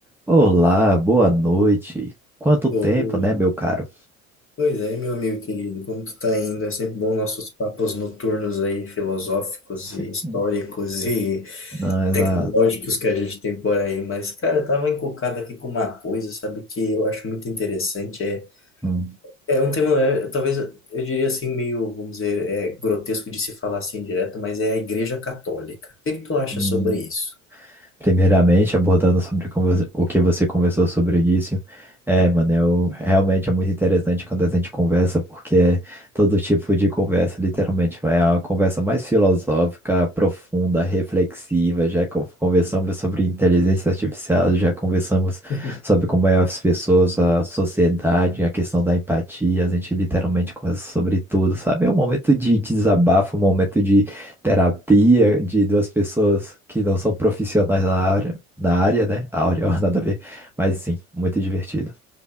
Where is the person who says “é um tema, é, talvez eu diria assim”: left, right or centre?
Left